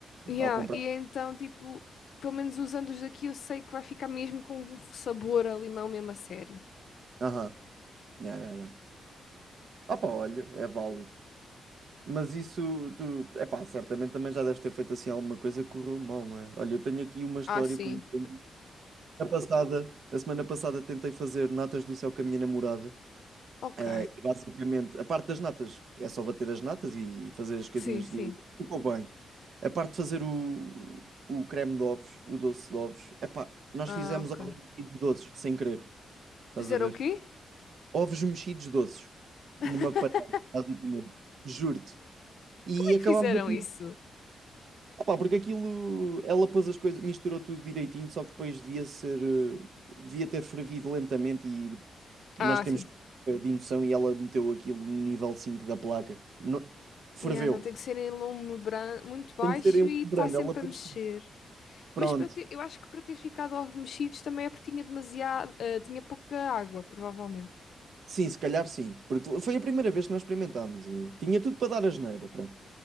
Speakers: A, on the left (about 70°); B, on the right (about 65°).
A: yeah,
B: ao comprar.
A: e é então, tipo, pelo menos usando os daqui, eu sei que vai ficar mesmo com um sabor a limão mesmo a sério.
B: Aham, yeah, yeah, Ah, pá, olha, é válido. Mas isso, tu, é pá, certamente também já deves ter feito assim alguma coisa que correu mal, não é? Olha, eu tenho aqui uma história,
A: Ah, sim.
B: por exemplo, a passada, a semana passada tentei fazer natas do céu com a minha namorada.
A: Ok.
B: Ah, e basicamente, a parte das natas é só bater as natas e fazer as coisinhas
A: Sim, sim.
B: de ficou bem. A parte de fazer o, o creme de ovos, o doce de ovos, epá, nós
A: Ah,
B: fizemos
A: ok.
B: ovos mexidos doces, sem querer, estás
A: Fizeram
B: a ver?
A: o quê?
B: Ovos mexidos doces,
A: <laughs>
B: numa panela, basicamente, juro-te. E
A: Como é
B: acabámos
A: que fizeram
B: aquilo,
A: isso?
B: epá, porque aquilo, ela pôs as coisas, misturou tudo direitinho, só que depois devia ser, eh, devia ter fervido lentamente e Nós
A: Ah,
B: temos
A: sim.
B: eh, de indução e ela meteu aquilo no nível 5 da placa. No- Ferveu.
A: Yeah, não, tem que ser em lume bran- muito baixo
B: Tem que ser em um
A: e
B: brando,
A: está sempre
B: ela pôs
A: a mexer.
B: sim. Pronto.
A: Mas para eu ter- eu acho que para ter ficado ovos mexidos também é porque tinha demasiado, ah, tinha pouca água, provavelmente.
B: Sim, se calhar sim. Porque foi a primeira vez que nós experimentámos. eh, Tinha tudo para dar asneira, pronto.